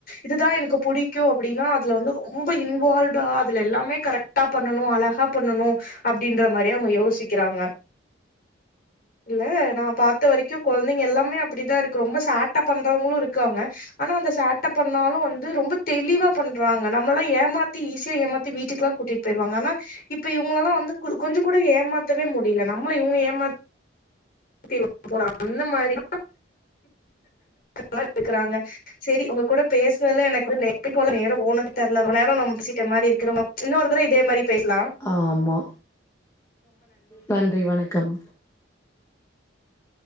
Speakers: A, on the left; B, on the left.
A: இதுதா எனக்கு புடிக்கு அப்டின்னா அதுல வந்து ரொம்ப இன்வால்ட்டா அதுல எல்லாமே கரெக்டா பண்ணணு அழகா பண்ணணு அப்டின்ற மாரியே அவங்க யோசிக்கிறாங்க இல்ல நா பாத்த வரைக்கு கொழந்தைங்க எல்லாமே அப்டிதா இருக்கு ரொம்ப சேட்ட பண்றவங்களு இருக்காங்க ஆனா அந்த சேட்ட பண்ணாலு வந்து ரொம்ப தெளிவா பண்றாங்க நம்மல்லா ஏமாத்தி ஈஸியா ஏமாத்தி வீட்டுக்குல்லா கூட்டிட்டு போயிருவாங்க ஆனா இப்ப இவ் ங்களலா வந்து கு கொஞ்சொ கூட ஏமாத்தவே மு டில நம்மள இவங்க ஏமா தி <inaudible> அந்த மாரி <inaudible> <inaudible> க்குறாங்க சரி உங்க கூட பேசுனதுல எனக்கு நேத்து போல நேரொ போனதே தெய்வ ரொம்ப நேர நம்ம பேசிட்ட மாரி இருக்கு நம்ம இன்னொரு தர இதே மாரி பேச்லா
B: ஆமா நன்றி வணக்கம்